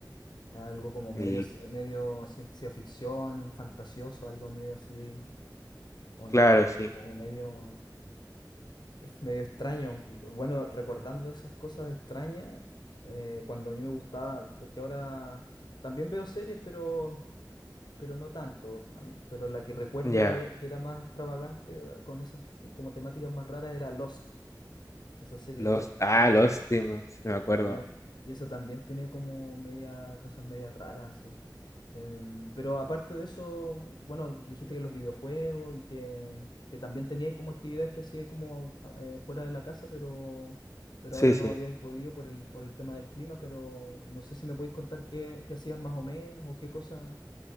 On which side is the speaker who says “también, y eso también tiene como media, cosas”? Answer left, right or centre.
Left